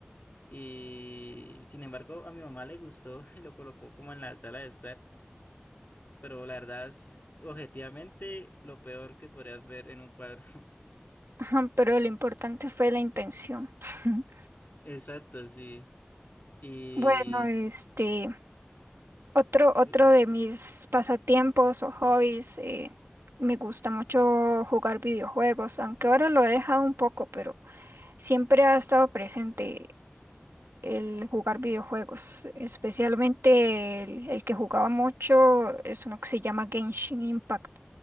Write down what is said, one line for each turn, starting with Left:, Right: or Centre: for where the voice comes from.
Left: Y sin embargo, a mi mamá le gustó <laughs> y lo colocó como en la sala de estar, pero la verdad es objetivamente lo peor que podrías ver en un cuadro. <laughs>
Right: <laughs> Pero lo importante fue la intención. <laughs>
Left: Exacto, sí. Y
Right: Bueno, este, otro, otro
Left: sí.
Right: de mis pasatiempos o hobbies, eh, me gusta mucho jugar videojuegos, aunque ahora lo he dejado un poco, pero siempre ha estado presente el jugar videojuegos, especialmente el, el que jugaba mucho es uno que se llama Genshin Impact,